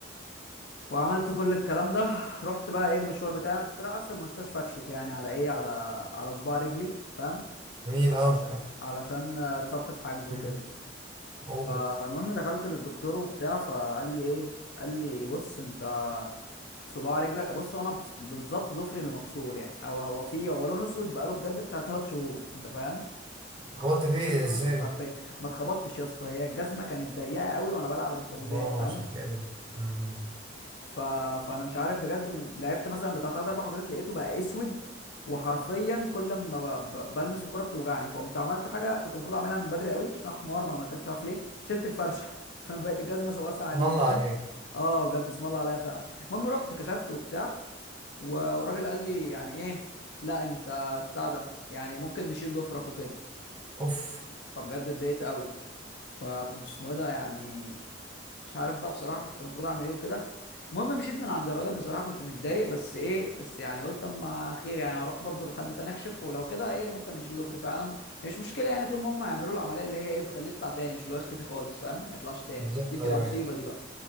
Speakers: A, on the left; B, on the right.
A: وعملت كل الكلام ده <laughs> رحت بقى ايه المشوار بتاعي انا كنت رايح اصلا مستشفى اكشف يعني على ايه على على صباع رجلي فاهم
B: جميل
A: علشان
B: اه
A: علشان آه، اتصبت في حجز وكده
B: مم. اوه
A: ف... فالمهم دخلت للدكتور وبتاع فقال لي ايه قال لي بص انت صباع رجلك بص هو انا بص- بالظبط ضفري اللي مكسور يعني او هو فيه هو لونه اسود بقاله بجد بتاع ثلاث شهور انت فاهم
B: خبطت فيه
A: ضفري لون
B: ازاي
A: اسود
B: ده
A: حرفيا ما اتخبطتش يا اسطى هي الجزمه كانت ضيقه قوي وانا بلعب الحجوزات
B: اه
A: فاهم
B: عشان كده مم.
A: ف... فانا مش عارف بجد من لعبت مثلا بتاع تلات اربع حجوزات لقيته بقى اسود وحرفيا كل ما ب... ب... بلمس الكرة بتوجعني فقمت عملت حاجه كنت المفروض اعملها من بدري قوي عشان أنا حمار ما عملتهاش مش عارف ليه شلت الفرشه <laughs> فبقت الجزمه واسعه عادي
B: الله
A: جدا
B: عليك
A: اه بجد اسم الله عليها فعلا المهم رحت كشفت وبتاع و- والراجل قال لي يعني ايه لا انت بتاع ده يعني ممكن نشيل ضفرك وكده
B: اوف
A: فبجد اتضايقت قوي فاسمه ايه ده يعني مش عارف بقى بصراحه كنت المفروض اعمل ايه وكده المهم مشيت من عند الراجل بصراحه كنت متضايق بس ايه بس يعني قلت اما خير يعني هروح برضو لحد تاني اكشف ولو كده ايه ممكن نشيل ضفري فعلا هي مش مشكله يعني طول ما هم يعملوا العمليه اللي هي ايه بتخليه يطلع تاني مش اللي هو يختفي خالص فاهم ما يطلعش تاني
B: بالظبط
A: دي بتبقى
B: ايوه
A: مصيبه
B: ايوه
A: دي بقى